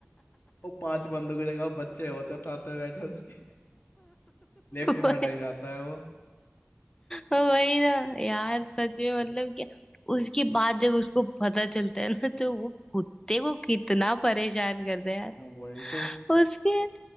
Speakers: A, on the left; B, on the left.
A: वो पांच बंदों की जगह बच्चे होते हैं साथ में बैठे उसके लेफ्ट में
B: वही
A: अटक जाता है वो
B: वही ना यार सच में मतलब क्या उसके बाद जब उसको पता चलता है ना तो वो कुत्ते को कितना परेशान करता है यार
A: वही तो
B: उसके